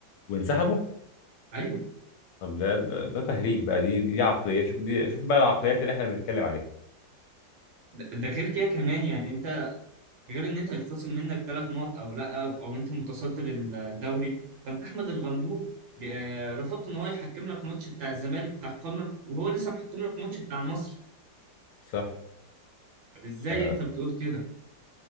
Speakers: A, on the left; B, on the right.
A: وانسحبوا
B: ايوه
A: طب ده ده, ده تهريج بقى دي دي عقلية شوف دي شوف بقى العقليات اللي احنا بنتكلم عليها
B: ده ده غير كده كمان يعني انت غير ان انت هيتخصم منك ثلاث نقط او لا او, أو انت متصدر الدوري فانت احمد الغندور ب- آه، رفضت ان هو يحكم لك ماتش بتاع الزمالك بتاع القمه وهو لسه محكم لك ماتش بتاع مصر
A: صح
B: طب ازاي
A: ف
B: انت بتقول كده